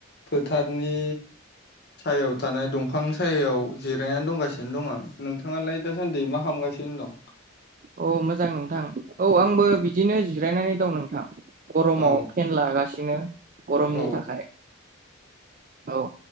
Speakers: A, on the left; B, on the right.
A: फोथारनि सायाव थानाय दंफां सायायाव जिरायनानै दंगासिनो दं आं नोंथाङालाय दासान्दि मा खालामगासिनो दं
B: औ मोजां नोंथां औ आंबो बिदिनो जिरायनानै दं नोंथां गरमाव
A: औ
B: फेन लागासिनो गरमनि
A: औ
B: थाखाय औ